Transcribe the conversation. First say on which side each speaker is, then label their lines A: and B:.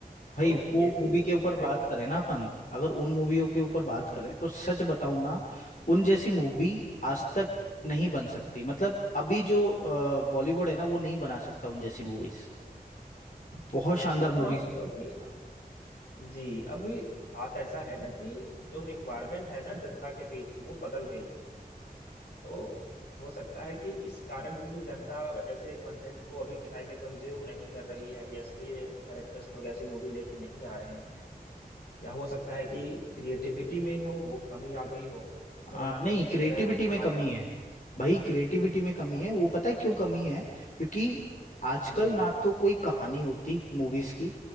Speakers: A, on the left (about 55°); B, on the left (about 85°).
A: भाई
B: तो
A: वो
B: ये भी
A: मूवी के
B: उसी
A: ऊपर
B: तरह
A: बात
B: की
A: करें ना अपन अगर उन मूवियों के ऊपर बात करें
B: जी
A: तो सच बताऊं ना उन जैसी मूवी आज तक नहीं बन सकती मतलब अभी जो बॉलीवुड है ना वो नहीं बना सकता उन जैसी मूवीज बहुत शानदार
B: हाँ
A: मूवीज
B: क्योंकि जी अभी बात ऐसा है ना कि जो रिक्वायरमेंट है ना जनता के बीच वो बदल गई है तो हो सकता है कि इस कारण भी जनता वैसे कंटेंट को अभी के टाइम में कंज्यूम नहीं कर रही है या इसलिए डायरेक्टर्स लोग ऐसी मूवी लेके नहीं आ रहे हैं या हो सकता है कि क्रिएटिविटी में हो वो कमी आ गई हो उस तरह
A: आ, नहीं
B: तक उस
A: क्रिएटिविटी
B: तरह वहां
A: में कमी
B: तक
A: है भाई क्रिएटिविटी में कमी है वो पता है क्यों कमी है क्योंकि आजकल
B: जी
A: ना तो कोई कहानी होती मूवीज की